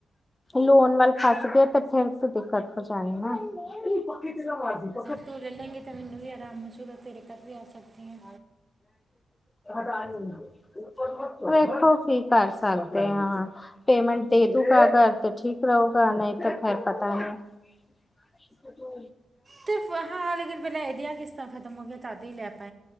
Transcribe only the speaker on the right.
ਤੂੰ ਲੇ ਲੇਂਗੀ ਤੇ ਮੈਨੂੰ ਵੀ ਆਰਾਮ ਹੋਜੂਗਾ, ਤੇਰੇ ਘਰ ਵੀ ਆ ਸਕਦੀ ਆਂ।
ਤੇ ਫੇਰ ਹਾਂ ਲੇਕਿਨ ਪੈਲਾਂ ਏਦੀਆਂ ਕਿਸਤਾਂ ਖਤਮ ਹੋ ਗਈਆਂ ਤਦ ਈ ਲੈ